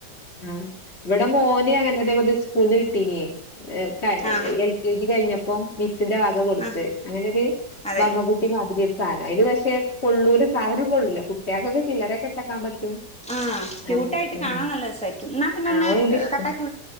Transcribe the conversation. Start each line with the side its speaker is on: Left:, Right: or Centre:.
Left: ആഹ് ഇവിടെ മോന് അങ്ങനെ അതേ മത സ്കൂളിന്ന് കിട്ടീന്. എ ക
Centre: ആ
Left: എൽ കെ ജി കഴിഞ്ഞപ്പം മി സ്സിന്റെ വക കൊടുത്ത്
Centre: ആ
Left: അങ്ങനെ ഒരു
Centre: അതെ
Left: ബമ്മകുട്ടി മാതിരി സ് സാനം അയില് പക്ഷേ കൊള്ളൂല സാധനം കൊള്ളില്ല, കുട്ടികൾക്കൊക്കെ ചില്ലറക്കെ ഇട്ടാക്കാൻ പറ്റും.
Centre: ആ ക്യൂട്ടായിട്ട്
Left: ആ
Centre: കാണാൻ
Left: മ്
Centre: നല്ല രസായിരിക്കും എന്നാ പിന്നെ
Left: ആഹ്
Centre: ഒന്ന്
Left: ഒ ഇഷ്ട്
Centre: കട്ടാക്കി